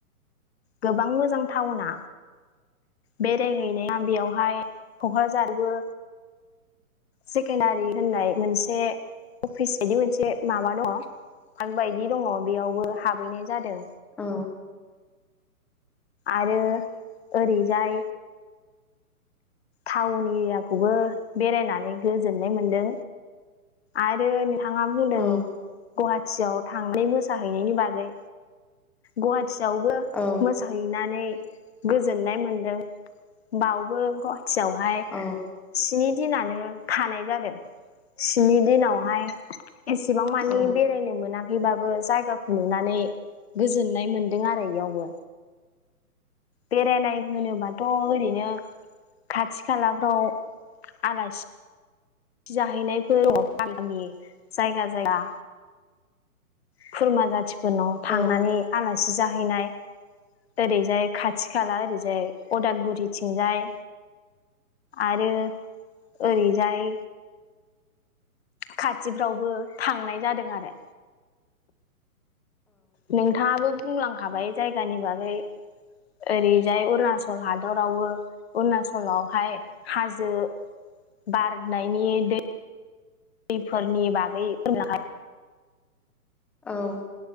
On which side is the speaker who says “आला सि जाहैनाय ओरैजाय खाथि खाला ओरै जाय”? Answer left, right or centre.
Left